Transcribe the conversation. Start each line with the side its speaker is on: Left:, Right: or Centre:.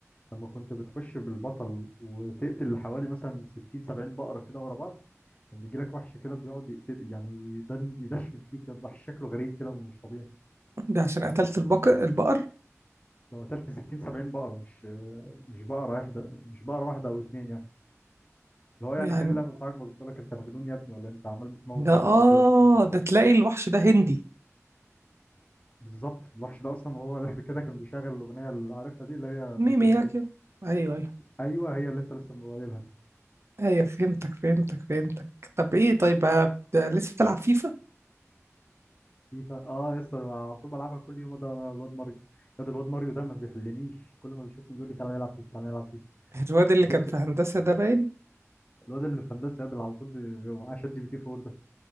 Left: لما كنت بتخش بالبطل وتقتل حوالي مثلا 60 70 بقرة كده ورا بعض كان بيجيلك وحش كده بيقعد يقتل يعني يدن- يدشمل فيك يضح شكله غريب كده ومش طبيعي
Right: ده عشان قتلت البق البقر
Left: لو قتلت 60 70 بقرة مش مش بقرة واحدة مش بقرة واحدة أو اتنين يعني اللي هو يعني
Right: يعني
Left: كان اللعبة بتاعك بقول لك أنت مجنون يا ابني ولا إيه؟ أنت عمال بتموت
Right: ده
Left: في البقر
Right: اه
Left: كده بدون أي سبب
Right: ده تلاقي الوحش ده هندي
Left: بالظبط الوحش ده أصلا وهو داخل كده كان بيشغل الأغنية اللي عارفها دي اللي هي بتاعت
Right: ميمياجي
Left: الهنود
Right: ايوه ايوه
Left: أيوه هي اللي أنت لسه قايلها دي
Right: ايوه فهمتك فهمتك فهمتك طب ايه طيب ه- ده لسه بتلعب فيفا
Left: فيفا أه يا اسطى أنا على طول بلعبها كل يوم ده أنا والواد ماريو يا ده الواد ماريو ده ما بيحلنيش كل ما بيشوفني بيقول لي تعالى نلعب فيفا تعالى نلعب فيفا
Right: الواد اللي
Left: زهقت
Right: كان في هندسة ده باين
Left: الواد اللي في هندسة يا ده اللي على طول بي- بيبقى معاه شات جي بي تي 4 ده